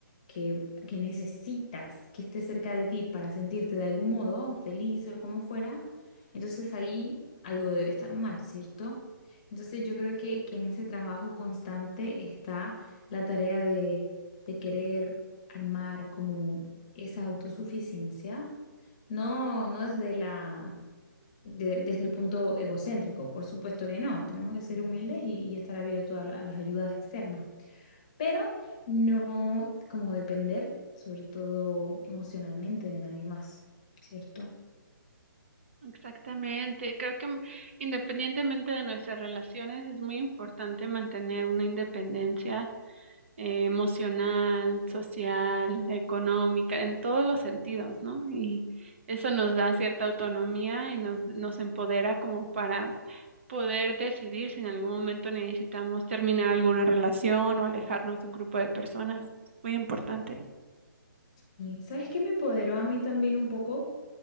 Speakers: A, on the left; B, on the right.
A: que, que necesitas que esté cerca de ti para sentirte de algún modo feliz o como fuera, entonces ahí algo debe estar mal, ¿cierto? Entonces yo creo que, que en ese trabajo constante está la tarea de de querer armar como esa autosuficiencia, no, no desde la, de- desde el punto egocéntrico, por supuesto que no, tenemos que ser humildes y, y estar abiertos a, la- a las ayudas externas, pero no como depender, sobre todo emocionalmente, de nadie más, ¿cierto?
B: Exactamente, creo que m- independientemente de nuestras relaciones es muy importante mantener una independencia eh, emocional, social, económica, en todos los sentidos, ¿no? Y eso nos da cierta autonomía y nos, nos empodera como para poder decidir si en algún momento necesitamos terminar alguna relación o alejarnos de un grupo de personas. Es muy importante.
A: Y ¿sabes qué me empoderó a mí también un poco?